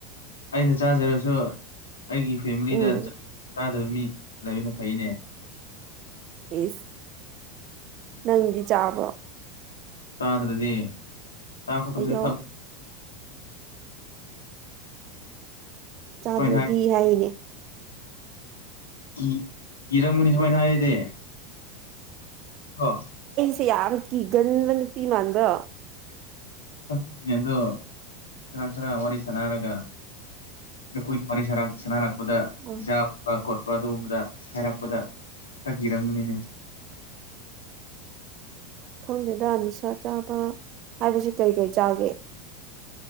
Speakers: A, on the left (about 85°); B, on the right (about 45°).
A: ꯑꯩꯅ ꯆꯥꯖꯔꯁꯨ ꯑꯩꯒꯤ ꯐꯦꯃꯤꯂꯤꯗ
B: ꯎꯝ
A: ꯆꯥꯗꯕ ꯃꯤ ꯂꯩꯕ ꯐꯩꯅꯦ
B: ꯑ꯭꯭ꯢꯁ ꯅꯪꯗꯤ ꯆꯥꯕ꯭ꯔꯣ
A: ꯆꯥꯗ꯭ꯔꯗꯤ ꯆꯥ ꯈꯗꯤ
B: ꯑꯩꯌꯣ
A: ꯊꯛ
B: ꯆꯥꯗ꯭ꯔꯗꯤ
A: ꯁꯨꯃꯥꯏꯅ ꯍꯥꯏ
B: ꯍꯥꯏꯅꯦ
A: ꯀꯤ ꯀꯤꯔꯝꯒꯅꯤ ꯁꯨꯃꯥꯏꯅ ꯍꯥꯏꯔꯗꯤ ꯑ <unintelligible> <inaudible>
B: ꯁꯤ ꯌꯥꯝ ꯀꯤꯒꯟꯕ ꯅꯨꯄꯤ ꯃꯥꯟꯕ꯭ꯔꯣ
A: <unintelligible> ꯑꯗꯣ ꯈꯔ ꯈꯔ ꯋꯥꯔꯤ ꯁꯥꯟꯅꯔꯒ ꯅꯈꯣꯏ ꯋꯥꯔꯤ ꯁꯔꯥ ꯁꯥꯟꯅꯔꯛꯄꯗ
B: ꯎꯝ
A: ꯖꯥꯕ ꯈꯣꯠꯄ ꯄ ꯑꯗꯨꯝꯕꯗ ꯍꯥꯏꯔꯛꯄꯗ ꯈꯔ ꯀꯤꯔꯝꯃꯅꯤꯅꯦ
B: ꯈꯪꯗꯦꯗ ꯅꯤꯁꯥ ꯆꯥꯕ ꯍꯥꯏꯕꯁꯤ ꯀꯩ ꯀꯩ ꯆꯥꯒꯦ